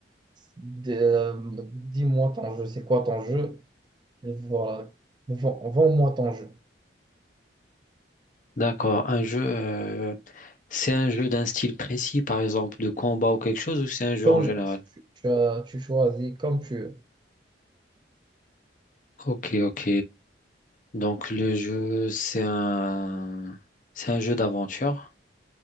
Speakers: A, on the right; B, on the left.
A: De- euh, dis-moi ton jeu, c'est quoi ton jeu? Voilà, Vends- vends-moi ton jeu.
B: D'accord. Un jeu, euh, c'est un jeu d'un style précis, par exemple, de combat ou quelque chose, ou c'est un jeu
A: Comme
B: en général?
A: tu, tu as, tu choisis, comme tu veux,
B: Ok, ok. Donc le jeu, c'est un, c'est un jeu d'aventure.